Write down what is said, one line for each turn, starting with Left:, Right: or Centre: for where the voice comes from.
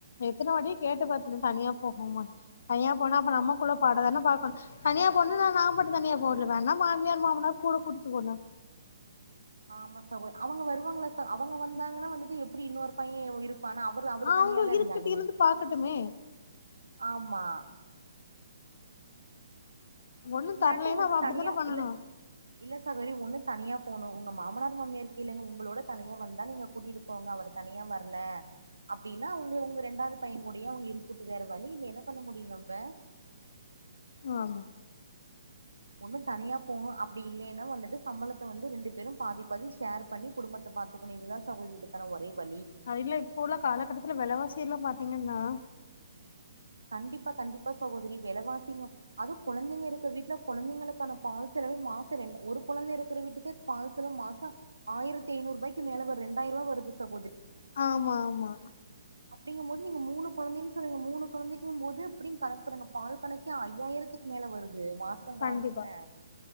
Left: எத்தன வாட்டி கேட்டு பாத்துட்டே தனியா போவோமா தனியா போனா அப்ப நம்மக்குள்ள பாட தான பாக்கணு தனியா போண்ணு நா நாம மட்டு தனியா போடல வேனா வேணுனா மாமியார் மாமனார் கூட கூட்டு போனோ
Right: ஆமா சகோ அவுங்க வருவாங்களா சகோ அவங்க வந்தாங்கன்னா வந்துட்டு எப்டி இன்னொரு பைய பண அவரு அவுரு
Left: அவங்க
Right: தனியா தா
Left: இருக்கட்டு
Right: இருந்தாகணு
Left: இருந்து பாக்கட்டுமே
Right: ஆமா
Left: ஒண்ணு
Right: இல்லாட்டி
Left: தரலைன்னா
Right: ஒண்ணு
Left: அவ அப்டித்தான
Right: தனியா
Left: பண்ணனு
Right: இல்ல இல்ல சகோதரி ஒண்ணு தனியா போணு உங்க மாமனார் மாமியார கேளுங்க உங்களோட தனியா வந்தா நீங்க கூட்டிட்டு போங்க அவரு தனியா வரல அப்டின்னா அவங்க உங்க ரெண்டாது பைய கூடயே அவங்க இருக்கட்டு வேற வழி இல்ல என்ன பண்ண முடியு நம்ப
Left: ஆமா
Right: ஒண்ணு தனியா போணு அப்டி இல்லைன்னா வந்துட்டு சம்பளத்த வந்து ரெண்டு பேரு பாதி பாதி ஷேர் பண்ணி குடும்பத்த பாத்துக்கணு இதுதா சகோதரி இதுக்கான ஒரே வழி
Left: அது இல்ல இப்போ உள்ள காலகட்டத்துல வெலவாசி கீழ பாத்தீங்கன்னா
Right: கண்டிப்பா கண்டிப்பா சகோதரி விலைவாசிங்க அது கொழந்தைங்க இருக்கற வீட்டுல கொழந்தைங்களுக்கான பால் செலவே மாசோ ரெண்டு ஒரு கொழந்த இருக்கிற வீட்டுக்கே பால் செலவு ஆயிரத்து ஐந்நூறு ரூபாய்க்கு மேல ஒரு ரெண்டாயிர ரூபா வருது சகோ
Left: ஆமா ஆமா
Right: அப்டிங்கும் போது நீங்க மூணு கொழந்தன்னு சொல்றிங்க மூணு கொழந்தைக்கும் போது அப்டினு கணக்கு பண்ணுங்க பால் கணக்கே ஐயாயிரத்துக்கு மேல வருது இது மாச காணிச்சுனே
Left: கண்டிப்பா